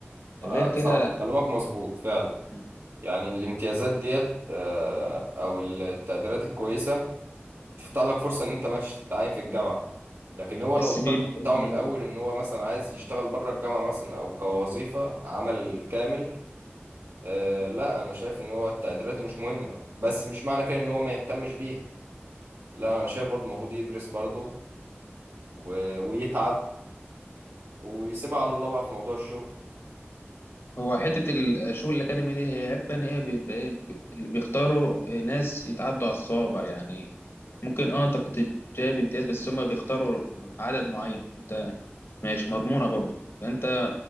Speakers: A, on the right; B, on the left.
A: آه
B: غير كده
A: صح
B: لا
A: كلامك مظبوط فعلا
B: مم.
A: يعني الامتيازات ديت آه او التقديرات الكويسه بتفتح لك فرصه ان انت ماشي تتعين في الجامعه لكن هو
B: بس
A: لو التارجت
B: بيبقوا
A: بتاعه من الاول ان هو مثلا عايز يشتغل بره الجامعه مثلا او كوظيفه عمل كامل أه لا انا شايف ان هو التقديرات مش مهمه بس مش معنى كده ان هو ما يهتمش بيها لا انا شايف برضه المفروض يدرس برضه و... ويتعب ويسيبها على الله بقى في موضوع الشغل
B: هو حتة الشغل الأكاديمي دي هي عيبها إن هي بيبقى إيه اللي بيختاروا ناس يتعدوا على الصوابع يعني ممكن أه أنت كنت جايب امتياز بس هما بيختاروا عدد معين أنت مش مضمونة برضه فأنت